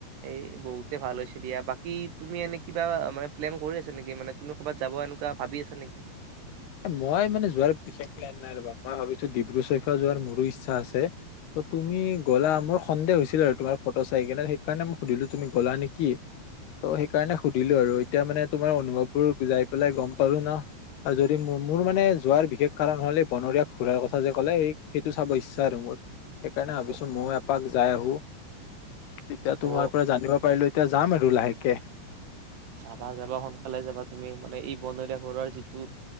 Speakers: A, on the right; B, on the left.
A: এই বহুতে ভাল হৈছে দিয়া বাকী তুমি এনে কিবা মানে প্লেন কৰি আছা নেকি মানে তুমি ক'ৰবাত যাব এনেকুৱা ভাবি আছা নেকি।
B: এ মই মানে যোৱাৰ বিশেষ প্লেন নাই ৰবা মই ভাবিছো ডিব্ৰু চৈখোৱা যোৱাৰ মোৰো ইচ্ছা আছে ত তুমি গলা মোৰ সন্দেহ হৈছিল আৰু তোমাৰ ফটো চাই কিনে সেইকাৰণে মই সুধিলো তুমি গলা নেকি ত' সেইকাৰণে সুধিলো আৰু এতিয়া মানে তোমাৰ অনুভৱবোৰ যাই পেলাই গম পালো ন। মোৰ মানে যোৱাৰ বিশেষ কাৰণ হল এই বনৰীয়া খুৰাৰ কথা যে ক'লে সেইটো চাব ইচ্ছা আৰু মোৰ সেইকাৰণে ভাবিছো
A: অ
B: ময়ো এপাক যাই আহো। এতিয়া
A: অ
B: তোমাৰ পৰা জানিব পাৰিলো। এতিয়া যাম আৰু লাহেকে।
A: যাবা যাবা সোনকালে যাবা তুমি মানে এই বনৰীয়া ঘৰৰ যিটো